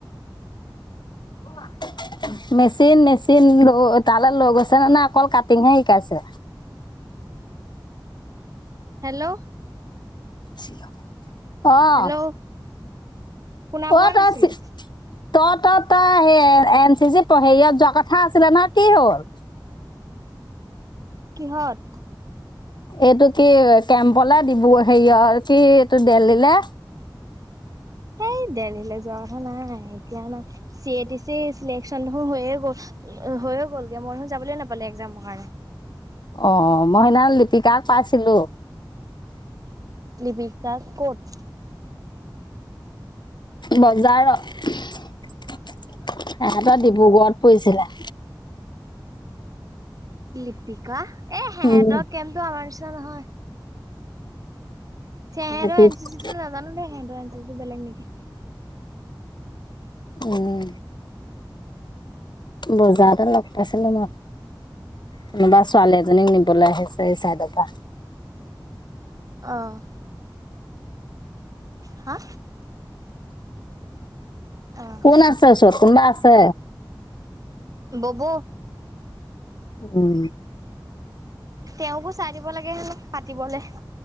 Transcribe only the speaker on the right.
হেল্ল'?
হেল্ল' শুনা পোৱা
নাছিলো।
কিহত
হেই দেলহিলৈ যোৱা কথা নাই এতিয়া ন চি এটি চি চিলেকন দেখোন হৈয়ে গ'ল হৈয়ে গ'লগে মই দেখোন যাবলৈ নাপালো একজামৰ কাৰণে
লিপিকা ক'ত।
লিপিকা এ সেহঁতৰ
কেমটো আমাৰ পিত নহয় তেহঁতৰ
এন চি চি নেজানো দেই সেত টো বেলেগ নেকি?
অঁ হা অ'
বব
তেওঁকো চাই দিব লাগে হেলপ পাতিবলে